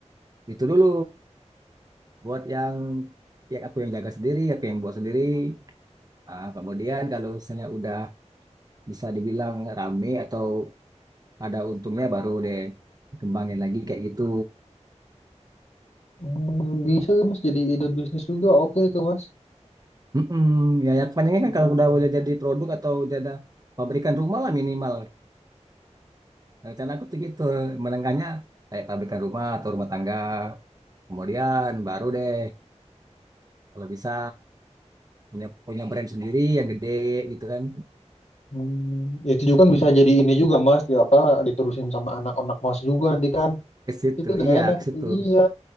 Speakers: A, on the right; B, on the left.
A: itu dulu buat yang ya aku yang jaga sendiri, aku yang buat sendiri. Nah, kemudian kalau misalnya udah bisa dibilang rame atau ada untungnya baru deh kembangin lagi kayak gitu.
B: Hmm, bisa tuh mas jadi ide bisnis juga oke itu mas.
A: Mm-mm. Ya, ya kepanjangnya
B: Penjualan
A: kan kalau udah
B: jamu.
A: udah jadi produk atau udah ada pabrikan rumah lah minimal. Nah, Rencana aku tuh gitu, menengahnya kayak pabrikan rumah atau rumah tangga. Kemudian baru deh kalau bisa punya punya brand sendiri yang gede gitu kan.
B: Hmm, itu juga kan bisa jadi ini juga mas, di apa diterusin sama anak-anak mas juga nanti kan
A: Ke situ.
B: itu udah
A: Iya,
B: enak
A: ke
B: itu
A: situ.
B: iya.